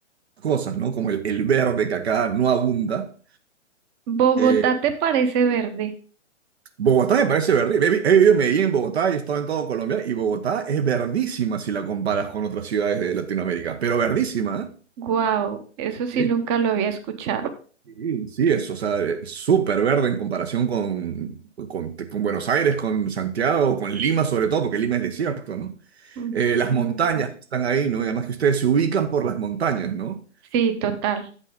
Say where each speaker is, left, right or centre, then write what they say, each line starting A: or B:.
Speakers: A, on the right; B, on the right.
A: cosas, ¿no? Como el, el verde que acá no abunda.
B: Bogotá
A: Eh,
B: te parece verde.
A: Bogotá me parece verde. He, vi- he vivido en Medellín, en Bogotá, y he estado en todo Colombia, y Bogotá es verdísima si la comparas con otras ciudades de Latinoamérica, pero verdísima, ¿eh?
B: Wow, eso sí
A: Sí.
B: nunca lo había escuchado.
A: Sí, sí, es, o sea, es súper verde en comparación con, con, con Buenos Aires, con Santiago, con Lima sobre todo, porque Lima es desierto, ¿no?
B: Mm,
A: Eh,
B: totalmente.
A: las montañas que están ahí, ¿no? Y además que ustedes se ubican por las montañas, ¿no?
B: Sí, total.